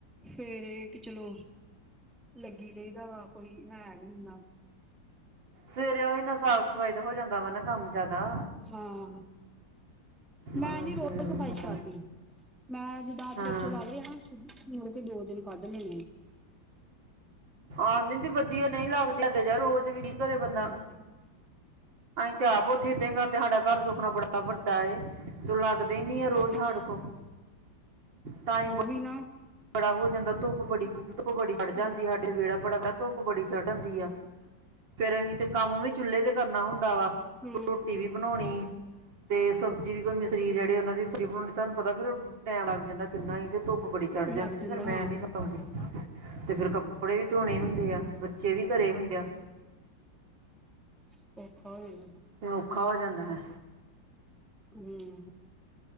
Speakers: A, in the centre; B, on the right (about 75°).
A: ਫਿਰ ਇਹ ਕਿ ਚਲੋ ਲੱਗੀ ਰਹਹੀਦਾ ਵਾ ਕੋਈ ਹੈ ਨੀ ਇਨਾ
B: ਸਵੇਰੇ ਉਹੀ ਨਾ ਸਾਫ਼ ਸਫਾਈ ਦਾ ਹੋ ਜਾਂਦਾ ਵਾ ਨਾ ਕੰਮ ਜ਼ਿਆਦਾ
A: ਹਾਂ ਮੈਂ
B: ਹਾਂ
A: ਨੀ
B: ਸਵੇਰੇ
A: ਰੋਜ਼
B: ਹੁੰਦਾ
A: ਸਫ਼ਾਈ ਕਰਦੀ ਮੈਂ ਜਿਦ
B: ਹਾਂ
A: ਚੋਚੇ ਲਾ ਲਏ ਆ ਨਾ ਮੁੜ ਕੇ ਦੋ ਦਿਨ ਕੱਢ ਲੈਣੇ
B: ਆ ਨਿੰਦੀ ਵਧੀਆ ਨਹੀਂ ਲੱਗਦੇ ਅਗੇ ਜ ਰੋਜ਼ ਵੀ ਘਰੇ ਬੰਦਾ
A: ਹੂੰ
B: ਨਾ ਅਸੀਂ ਤੇ ਆਪ ਉੱਥੇ ਏਦਾਂ ਕਰਦੇ ਸਾਡਾ ਘਰ ਸੁਖਨਾ ਬੜਾ ਵੱਡਾ ਏ ਤੂੰ ਲੱਗਦਾ ਹੀ ਨੀ ਰੋਜ਼
A: ਠ ਹਮ
B: ਹਾਡੇ ਕੋਲ ਟਾਈਮ
A: ਉਹੀ ਨਾ
B: ਬੜਾ ਹੋ ਜਾਂਦਾ ਧੁੱਪ ਬੜੀ ਧੁੱਪ ਬੜੀ ਹੜ
A: ਹੂੰ।
B: ਜਾਂਦੀ ਸਾਡੇ ਵਿਹੜਾ ਬੜਾ ਵ ਬੜੀ ਚੜ ਹਦੀ ਆ ਫਿਰ ਅਸੀਂ ਤੇ ਕੰਮ ਵੀ ਚੁੱਲੇ ਤੇ ਕਰਨਾ ਹੁੰਦਾ ਵਾ
A: ਹੂੰ,
B: ਰੋਟੀ ਵੀ ਬਣਾਉਣੀ ਤੇ ਸਬਜ਼ੀ ਵੀ ਕੋਈ ਮਿਸਰੀ ਜਿਹੜੇ ਉਹਨਾਂ ਦੀ ਸਰੀ ਬਣਾਉਂਦੀ ਤੁਹਾਨੂੰ ਪਤਾ ਫਿਰ ਟੈਮ ਲੱਗ ਜਾਂਦਾ ਕਿੰਨਾ ਹੀ ਤੇ ਧੁੱਪ ਬੜੀ ਲੜ ਜਾਂਦੀ
A: ਲੱਗ
B: ਸੀ
A: ਜਾਂਦਾ
B: ਫਿਰ ਮੈਂ
A: ਹਾਂ
B: ਨੀ ਲਾਉਂਦੀ ਤੇ ਫਿਰ ਕੱਪ ਕੜੇ ਵੀ ਧੋਣੇ
A: ਹੂੰ,
B: ਹੁੰਦੇ ਆ ਬੱਚੇ ਵੀ ਘਰੇ ਹੁੰਦੇ ਆ
A: <inaudible> ਹੋ ਜਾਂਦਾ।
B: ਔਖਾ ਹੋ ਜਾਂਦਾ ਹੈ
A: ਹਮ